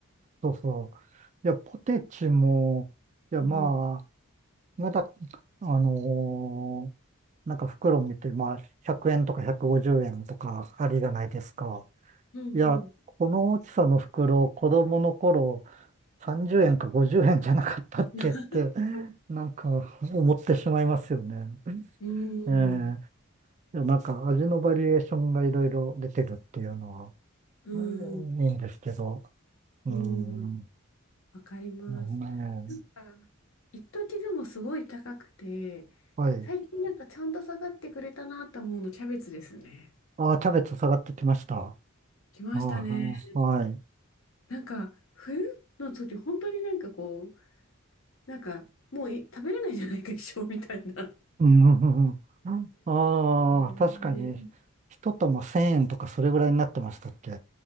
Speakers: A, on the right; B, on the left.
A: そうそう。いや、ポテチも、いや、
B: うん。
A: まあ、まだ、あのーなんか袋見て、まあ、100円とか150円とかありじゃないですか。
B: うんうん。
A: いや、この大きさの袋、子供の頃、30円か50円じゃなかったっけって、
B: <laughs>
A: なんか思ってしまいますよね。
B: うん。
A: ええいやなんか味のバリエーションがいろいろ出てるっていうのは、
B: うん。
A: うんいいんですけど。うーん。
B: うん。わかります。
A: うん
B: なんか、
A: ね
B: 一時でもすごい高くて、
A: はい。
B: 最近なんかちゃんと下がってくれたなと思うの、キャベツですね。
A: ああ、キャベツ下がってきました。あ
B: 来ましたね。
A: あ、はい。
B: なんか、冬の時、本当になんかこう、なんか、もうい食べれないじゃないか、一生みたいな。
A: うん、うんうんああ、
B: ねえ、
A: 確かに、一玉1000円とかそれぐらいになってましたっけ